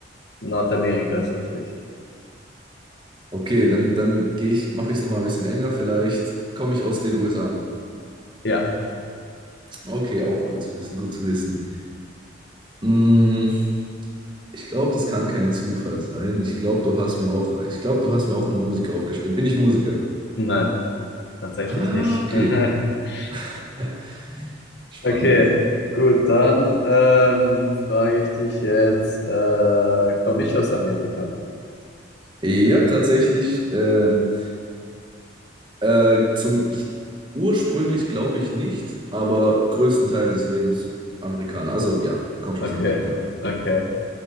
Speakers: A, on the left; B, on the right.
A: Nordamerika ist richtig.
B: Okay, dann, dann gehe ich, mache ich es nochmal ein bisschen enger. Vielleicht komme ich aus den USA.
A: Ja,
B: Okay, auch gut zu wissen, gut zu wissen. Mm, ich glaube, das kann kein Zufall sein. Ich glaube, du hast mir auch, ich glaube, du hast mir auch einen Musiker aufgeschrieben. Bin ich Musiker?
A: nein, tatsächlich
B: Ah,
A: nicht.
B: okay.
A: <laughs>
B: <laughs> Spannend.
A: Okay, gut, dann ähm, frage ich dich jetzt, äh, komme ich aus Amerika?
B: Ja, tatsächlich. Ähm, Äh, zum, ich, ursprünglich glaube ich nicht, aber größten Teil des Lebens Amerikaner. Also ja, kommst
A: Okay,
B: aus Amerika.
A: okay.